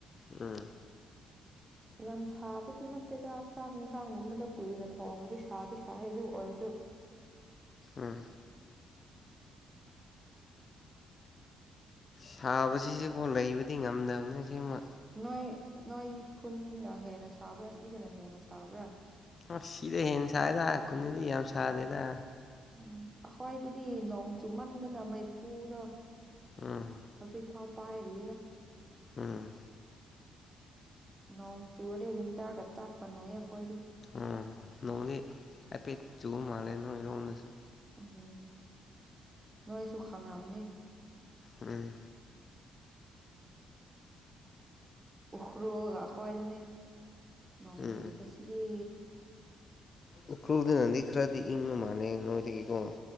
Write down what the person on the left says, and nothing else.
ꯎꯝ
ꯎꯝ ꯁꯥꯕꯁꯤꯁꯨꯀꯣ ꯂꯩꯕꯗꯤ ꯉꯝꯗꯕꯅ ꯁꯤꯃ
ꯑ ꯁꯤꯗ ꯍꯦꯟꯅ ꯁꯥꯏꯗ ꯈꯨꯨꯟꯅꯤꯗꯤ ꯌꯥꯝ ꯁꯥꯗꯦꯗ
ꯎꯝ
ꯎꯝ
ꯎꯝ ꯅꯣꯡ ꯍꯥꯏꯐꯦꯠ ꯆꯨꯕ ꯃꯥꯟꯂꯦ ꯅꯣꯏꯔꯣꯝꯗꯁꯨ
ꯎꯝ
ꯎꯝ
ꯎꯈ꯭ꯔꯨꯜꯗꯅꯗꯤ ꯈꯥꯔꯗꯤ ꯏꯪꯕ ꯃꯥꯟꯂꯦ ꯅꯣꯏꯗꯒꯤꯀꯣ